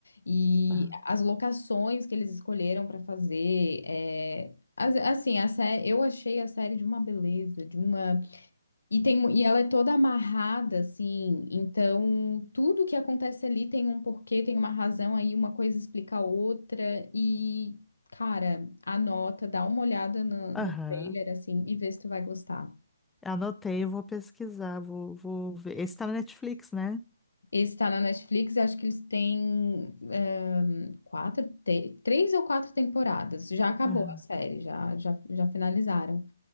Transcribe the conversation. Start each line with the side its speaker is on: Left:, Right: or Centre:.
Left: E
Centre: aham.
Left: as locações que eles escolheram para fazer, é, as- assim, a sé- eu achei a série de uma beleza, de uma e, tem, mu- e ela é toda amarrada, assim, então tudo que acontece ali tem um porquê, tem uma razão aí, uma coisa explica a outra, e, cara, anota, dá uma olhada no,
Centre: aham.
Left: no trailer, assim, e vê se tu vai gostar.
Centre: Anotei, eu vou pesquisar, vou, vou ver. Esse tá na Netflix, né?
Left: Esse tá na Netflix, eu acho que eles têm ehm, quatro, te- três ou quatro temporadas, já acabou
Centre: Aham.
Left: a série, já, já, já finalizaram,